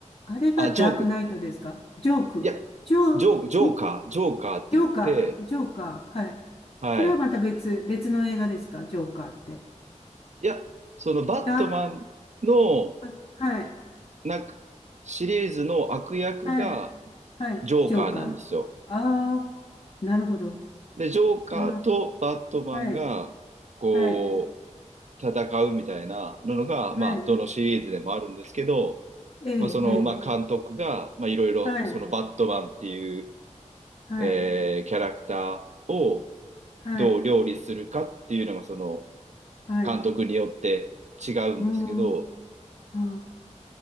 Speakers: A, on the left; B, on the right.
A: あれがダークナイトですかジョーク。
B: あ、ジョーク、いや、
A: ジョー、
B: ジョー、ジョーカー、
A: ん
B: ジョーカーって言って、
A: ジョーカー、ジョーカー、はい。
B: はい。
A: それはまた別、別の映画ですかジョーカーって。
B: いや、そのバットマンの
A: ダーク、あ、はい、
B: なんかシリーズの悪役が
A: はい、はい、
B: ジョーカーなんですよ。
A: ジョーカー。ああ、なるほど。
B: で、ジョーカーとバットマンがこ
A: ああ、はい、はい、
B: う戦うみたいなのが、
A: はい、
B: まあ、どのシリーズでもあるんですけど、
A: ええ、
B: まあ、その、
A: ええ、
B: まあ、監督が、まあ、いろいろそのバットマンっていう、
A: はい、はい、
B: えーキャラクターを
A: はい、
B: どう料理するかっていうのがその
A: はい、
B: 監督によって違うんですけど、
A: うん、あ、